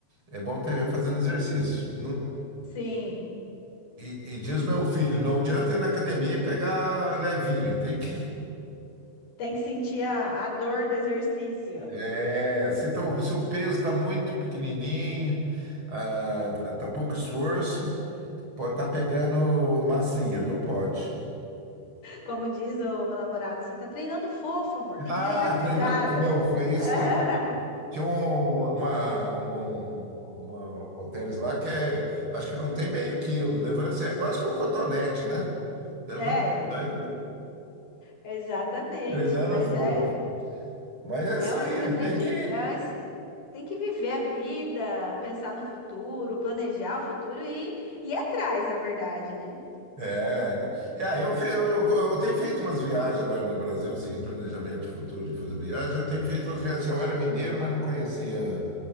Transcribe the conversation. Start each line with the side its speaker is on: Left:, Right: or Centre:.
Right: é bom ter fazendo exercício. Não
Left: Sim,
Right: E, e diz meu filho, não adianta ir na academia e pegar levinho, tem que.
Left: tem que sentir a, a dor do exercício.
Right: É, se, tá- se o peso está muito pequenininho, ah, tá pouco esforço, pode estar pegando macio, não pode.
Left: Como diz o meu namorado, você tá treinando fofo, amor, tem
Right: Ah,
Left: que treinar pesada.
Right: treinando não, foi
Left: <laughs>
Right: isso aí. Tinha um- uma, um, uma halteres lá que é, acho que não tem meio quilo, né? Eu falei assim, é quase que um cotonete, né? Eu
Left: É,
Right: falei assim,
Left: exa-
Right: Daí,
Left: exatamente,
Right: treinando
Left: mas
Right: fogo.
Left: é,
Right: Mas é
Left: é
Right: isso
Left: um
Right: aí,
Left: excelente,
Right: tem que.
Left: é um ex- tem que viver a vida, pensar no futuro, planejar o futuro e e ir atrás, na verdade, né?
Right: É, e aí eu, fe- eu, eu- eu tenho feito umas viagens agora no Brasil, assim, planejamento de futuro de fazer viagem. Eu tenho feito umas viagens. assim, Eu era mineiro, mas não conhecia